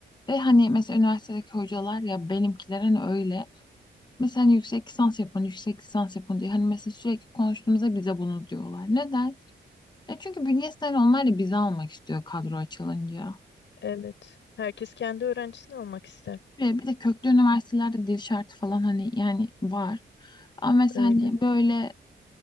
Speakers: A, on the left (about 25°); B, on the left (about 75°).
A: ve hani mesela üniversitedeki hocalar ya benimkiler hani öyle. Mesela hani yüksek lisans yapın, yüksek lisans yapın diye. Hani mesela sürekli konuştuğumuzda bize bunu diyorlar. Neden? Ya çünkü bünyesi hani onlar da bizi almak istiyor kadro açılınca.
B: Evet. Herkes kendi öğrencisini almak ister.
A: Ve bir de köklü üniversitelerde dil şartı falan hani yani var. Ama mesela
B: Öyle.
A: hani böyle